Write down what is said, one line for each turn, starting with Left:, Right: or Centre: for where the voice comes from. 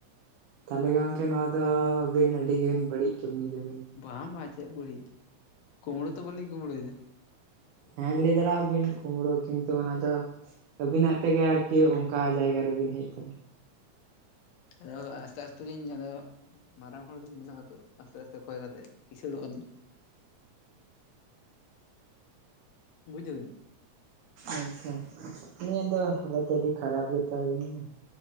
Right: ᱛᱟᱦᱚᱞᱮ ᱜᱚᱝᱠᱮ ᱱᱚᱣᱟ ᱫᱚ ᱟᱹᱵᱤᱱ ᱟᱹᱰᱤᱜᱤᱱ ᱵᱟᱹᱲᱤᱡ ᱠᱟᱹᱢᱤᱭᱮᱫᱟ ᱵᱤᱱ ᱾
Left: ᱵᱟᱝ ᱵᱟᱝ ᱪᱮᱫ ᱵᱟᱹᱲᱤᱡ ᱠᱩᱢᱲᱳ ᱛᱚ ᱵᱟᱹᱞᱤᱧ ᱠᱩᱢᱵᱽᱲᱩᱭᱮᱫᱟ ᱾
Right: ᱦᱮᱸ ᱞᱟᱹᱭ ᱫᱟᱲᱮᱭᱟᱜ ᱵᱤᱱ ᱠᱩᱢᱵᱲᱳ ᱠᱤᱱᱛᱩ ᱚᱱᱟ ᱫᱚ ᱟᱹᱵᱤᱱᱟᱜ ᱛᱮᱜᱮ ᱟᱨᱠᱤ ᱚᱱᱠᱟ ᱡᱟᱭᱜᱟ ᱨᱮᱵᱤᱱ ᱦᱮᱡ ᱟᱠᱟᱱᱟ ᱾
Left: ᱟᱫᱚ ᱟᱥᱛᱮ ᱟᱥᱛᱮ ᱞᱤᱧ ᱟᱫᱚ ᱢᱟᱨᱟᱝ ᱦᱚᱲᱞᱤᱧ ᱵᱮᱱᱟᱜ ᱟᱛᱚ ᱟᱥᱛᱮ ᱟᱥᱛᱮ ᱠᱷᱚᱭ ᱠᱟᱛᱮᱜ ᱠᱤᱥᱟᱹᱲᱚᱜ ᱟᱹᱞᱤᱧ᱾ ᱵᱩᱡ ᱫᱟᱵᱤᱱ ᱾
Right: ᱟᱪᱪᱷᱟ, ᱟᱹᱞᱤᱧᱟᱜ ᱫᱚ ᱦᱟᱞᱚᱛ ᱟᱹᱰᱤ ᱠᱷᱟᱨᱟᱯ ᱜᱮᱛᱟ ᱞᱤᱧᱟ ᱾